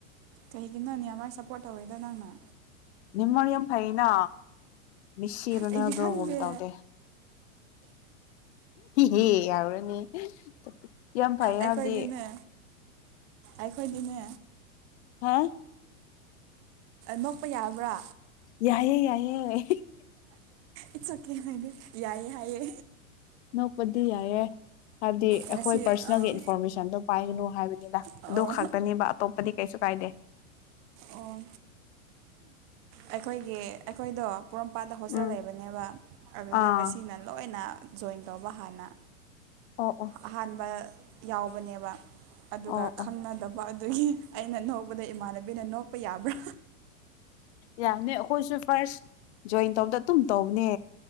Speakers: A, on the right (about 35°); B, on the left (about 50°).
A: ꯀꯩꯒꯤꯅꯣꯅꯦ ꯑꯃ ꯁꯞꯄꯣꯔꯠ ꯇꯧꯋꯦꯗ ꯅꯪꯅ
B: ꯅꯤꯡꯃꯔꯤꯝ ꯐꯅꯥ ꯃꯁ ꯏꯔꯣꯅꯣ
A: ꯑꯩꯗꯤ
B: ꯑꯗꯨ
A: ꯈꯪꯗꯦ
B: ꯎ ꯇꯥꯎꯗꯦ ꯍꯦ ꯌꯥꯎꯔꯅꯤꯄꯤ ꯌꯥꯝ ꯐꯩꯌꯦ
A: ꯑꯩꯈꯣꯏꯗꯤꯅꯦ
B: ꯍꯥꯏꯕꯗꯤ
A: ꯑꯩꯈꯣꯏꯗꯤꯅꯦ
B: ꯍꯥꯥ
A: ꯅꯣꯛꯄ ꯌꯥꯕ꯭ꯔꯥ
B: ꯌꯥꯏꯑꯦ ꯌꯥꯏꯑꯌꯦ
A: ꯏꯠꯁ ꯑꯣꯀꯦ ꯍꯥꯏꯗꯤ ꯌꯥꯏꯌꯦ ꯍꯥꯏꯌꯦ
B: ꯅꯣꯛꯄꯗꯤ ꯌꯥꯏꯑꯦ ꯍꯥꯏꯕꯗꯤ ꯑꯩꯈꯣꯏ
A: ꯉꯁꯤ
B: ꯄꯔꯁꯣꯅꯦꯜꯒꯤ
A: ꯑꯥ
B: ꯏꯟꯐꯣꯔꯃꯦꯁꯟꯗꯣ ꯄꯥꯏꯒꯅꯨ ꯍꯥꯏꯕꯅꯤꯅ
A: ꯑꯣ
B: ꯑꯗꯨ ꯈꯛꯇꯅꯦꯕ ꯑꯇꯣꯞꯄꯗꯤ ꯀꯩꯁꯨ ꯀꯥꯏꯗꯦ
A: ꯑꯣ ꯑꯩꯈꯣꯏꯒꯤ ꯑꯩꯈꯣꯏꯗ ꯃꯄꯥꯗ ꯍꯣꯁꯇꯦꯜ
B: ꯎꯝ
A: ꯂꯩꯕꯅꯦꯕ ꯑꯗꯨꯗ
B: ꯑꯥ
A: ꯉꯁꯤꯅ ꯂꯣꯏꯅ ꯖꯣꯏꯟ ꯇꯧꯕ ꯍꯥꯟꯅ
B: ꯑꯣ ꯑꯣ
A: ꯑꯍꯥꯟꯕ ꯌꯥꯎꯕꯅꯦꯕ ꯑꯗꯨꯒ
B: ꯑꯣ
A: ꯈꯪꯅꯗꯕ
B: ꯑꯣ
A: ꯑꯗꯨꯒꯤ ꯑꯩꯅ ꯅꯣꯛꯧꯕꯗ ꯏꯃꯥꯟꯅꯕꯤ ꯕꯅ ꯅꯣꯛꯄ ꯌꯥꯕ꯭ꯔꯥ
B: ꯌꯥꯝꯅꯤ ꯑꯩꯣꯏꯁꯨꯁꯨ ꯐꯁ ꯖꯣꯏꯟ ꯇꯧꯕꯗ ꯑꯗꯨꯝ ꯇꯧꯅꯦ